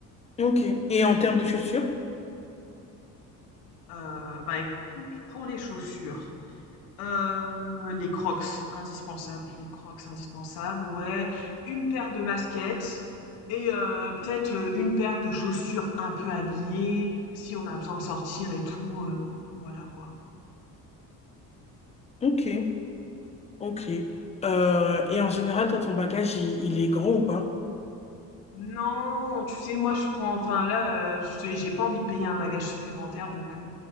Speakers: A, on the left; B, on the left.
A: Ok. Et en termes de chaussures?
B: Heu, bah, écoute, pour les chaussures, heu, les Crocs, indispensables. Les Crocs, indispensables, ouais. Une paire de baskets et heu, peut-être, heu, une paire de chaussures un peu habillées, si on a besoin de sortir et tout, heu, enfin voilà, quoi.
A: Ok. Ok. Euh, et en général, toi, ton bagage, il, il est grand ou pas?
B: Non, tu sais, moi je prends, enfin là, euh, je te dis, j'ai pas envie de payer un bagage supplémentaire, donc euh,